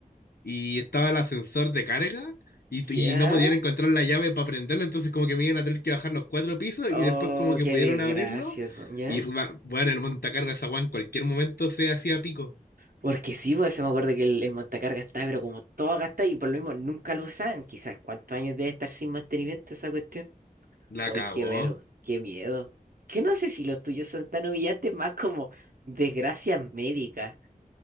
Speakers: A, on the left (about 80°); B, on the right (about 65°).
A: Y estaba el ascensor de carga y, t-
B: ya.
A: y no podían encontrar la llave para prenderlo, entonces como que me iban a tener que bajar los cuatro pisos
B: Oh,
A: y después como que
B: qué
A: pudieron
B: desgracia,
A: abrirlo.
B: hermano, ¿ya?
A: Y fue ma- bueno, el montacargas esa weá en cualquier momento se hacía pico.
B: Porque sí, pues se me acuerdo que el, el montacargas estaba, pero como todo gastado y por lo mismo nunca lo usaban. Quizás cuántos años debe estar sin mantenimiento esa cuestión. Uy,
A: La cagó.
B: qué vero, qué miedo. Que no sé si los tuyos son tan humillantes, más como desgracias médicas.